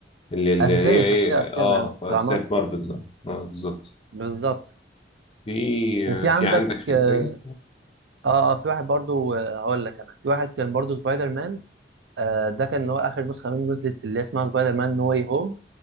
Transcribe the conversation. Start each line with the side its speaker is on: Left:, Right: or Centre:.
Left: اللي اللي
Right: اساسيه
Left: هي
Right: شخصيه
Left: ايه
Right: اساسيه
Left: اه
Right: معاهم
Left: ف-
Right: بتاع
Left: سيف
Right: مارفل
Left: مارفل اه آه، بالظبط
Right: بالظبط
Left: في
Right: وفي
Left: آه، في
Right: عندك
Left: عندك حاجة
Right: اه
Left: تاني
Right: اه في واحد برضه آه، هقول لك انا في واحد كان برضه سبايدر مان آه ده كان اللي هو اخر نسخه منه نزلت اللي اسمها سبايدر مان نو واي هوم